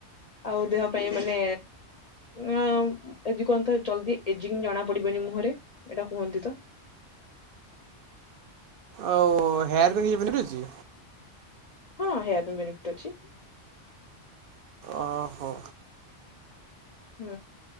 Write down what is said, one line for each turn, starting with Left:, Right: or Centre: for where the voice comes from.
Left: ଆଉ ଦେହ ପାଇଁ ମାନେ ନା ଏଜିଂ କୁହନ୍ତତା ଜଲଦି ଏଜିଂ କି ଜଣା ପଡିବନି ମୁହଁରେ ଏଇଟା କୁହନ୍ତି ତ।
Right: ଆଉ ହେୟାର ପାଇ କିଛି ବେନିଫିଟ୍ ଅଛି?
Left: ହଁ ହେୟାର ପାଇଁ ବେନିଫିଟ୍ ଅଛି।
Right: ଓହୋ।
Left: ହୁଁ।